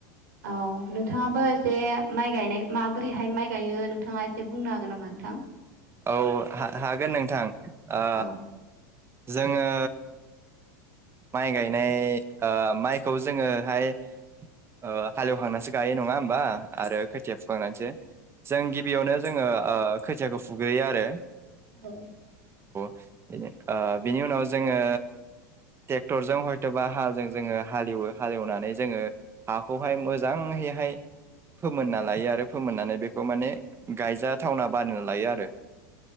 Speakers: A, on the right; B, on the right.
A: औ नोंथाङाबो एसे माइ गायनाय माबोरैहाय माइ गायो नोंथाङा एसे बुंनो हागोन नामा नोंथां?
B: औ हा हागोन नोंथां आ
A: औ
B: जोङो माइ गायनाय आ माइखौ जोङोहाय ओ हालेवखांनानैसो गायो नङा होमबा आरो खोथिया फुखांनानैसो जों गिबियावनो जोङो ओ खोथियाखौ फुग्रोयो आरो
A: औ
B: बिन बिनि उनाव जोङो टेक्टरजों हयथ'बा हाजों जोङो हालेवो हालेवनानै जोङो हाखौहाय मोज जांहैहाय फोमोनना लायो आरो फोमोननानै बेखौ माने गायजाथावना बानायना लायो आरो